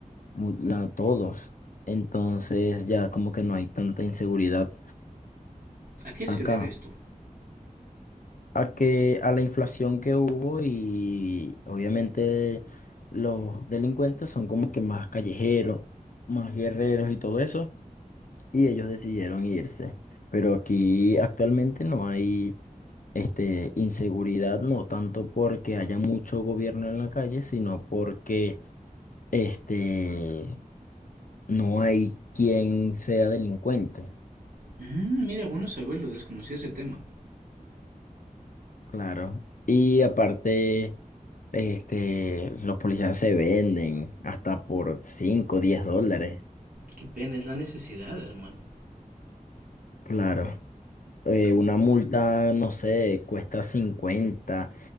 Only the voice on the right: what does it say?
¿A qué se
debe esto?
Mm, mira, bueno saberlo, desconocí ese tema.
Qué pena, es la necesidad, hermano.
Oh,